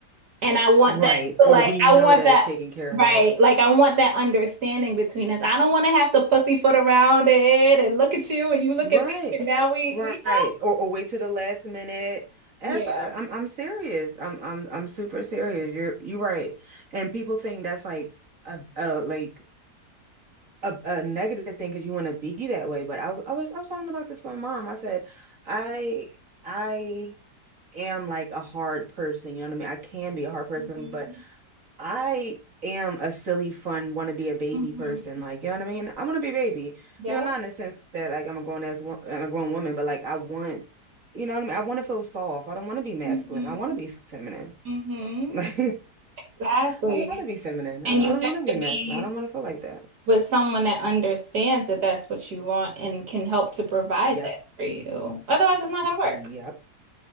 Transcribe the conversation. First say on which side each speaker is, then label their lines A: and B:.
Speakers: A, on the right (about 70°); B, on the right (about 50°).
A: And I want
B: Right.
A: that
B: Or
A: like
B: we know
A: I want
B: that
A: that
B: it's taken care
A: right.
B: of.
A: Like I want that understanding between us. I don't want to have to pussyfoot around it and look at you and you look
B: Right.
A: at me and now we,
B: Right.
A: you
B: Or or wait to the last minute.
A: know?
B: Abs-
A: Yeah.
B: I'm I'm serious. I'm I'm I'm super serious. You're you're right. And people think that's like a, a like a, a negative thing because you want to be that way. But I w- I was I was talking about this with my mom. I said, I I am like a hard person, you know what I mean? I can be a hard person,
A: Mhm.
B: but I am a silly, fun, want to be a baby
A: Mhm.
B: person. Like, you know what I mean? I want to be a baby.
A: Yep.
B: You know, not in the sense that like I'm a grown ass, wo- I'm a grown woman, but like I want, you know what I mean? I want to feel soft. I don't want to be masculine.
A: Mhm.
B: I want to be feminine. <laughs>
A: Mhm.
B: Like,
A: Exactly.
B: I want to be feminine. I
A: And
B: don't,
A: you
B: I don't
A: have
B: want to be
A: to
B: masculine.
A: be
B: I don't want to feel like that.
A: with someone that understands that that's what you want and can help to provide
B: Yep.
A: that for you. Otherwise, it's not going to
B: Yep.
A: work.